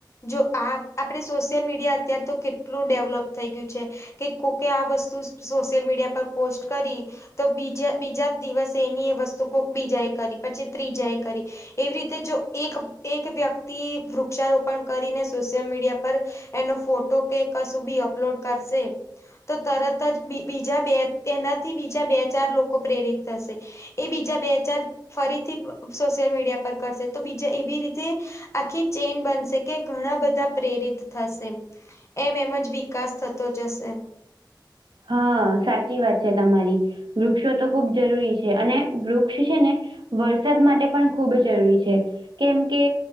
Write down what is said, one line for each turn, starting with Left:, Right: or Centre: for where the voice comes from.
Left: જો આપણે સોશિયલ મીડિયા અત્યાર તો એટલું ડેવલપ થઈ ગયું છે કે કોકે આ વસ્તુ સોશિયલ મીડિયા પર પોસ્ટ કરી. તો બીજા બીજા જ દિવસે એની એ વસ્તુ કોક બીજા એ કરી પછી ત્રીજા એ કરી. એવી રીતે જો એક એક વ્યક્તિ વૃક્ષારોપણ કરીને સોશિયલ મીડિયા પર એનો ફોટો કે કશું બી અપલોડ કરશે તો તરત જ બીજા બે એનાથી બીજા બે ચાર લોકો પ્રેરિત થશે. એ બીજા બે હ ચાર ફરીથી સોશિયલ મીડિયા પર કરશે તો બીજા એવી રીતે આખી ચેન બનશે કે ઘણા બધા પ્રેરિત થશે. એમ એમ જ વિકાસ થતો જશે.
Right: હા સાચી વાત છે તમારી વૃક્ષો તો ખુબ જરૂરી છે અને વૃક્ષ છે ને વરસાદ માટે પણ ખૂબ જરૂરી છે કેમ કે